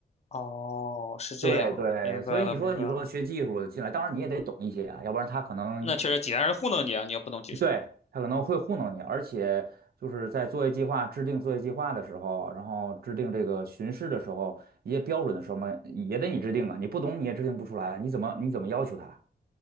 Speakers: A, on the left; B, on the right.
A: 哦，是这样，
B: 对对，
A: 明白了，
B: 所以你说你说学技术的进来，
A: 明白了。
B: 当然你也得懂一些啊，要不然他可能
A: 那确实，济南人糊弄你啊，你要不懂技术。
B: 对，他可能会糊弄你，而且就是在作业计划制定作业计划的时候，然后制定这个巡视的时候，一些标准的什么也得你制定啊，你不懂你也制定不出来，你怎么你怎么要求他，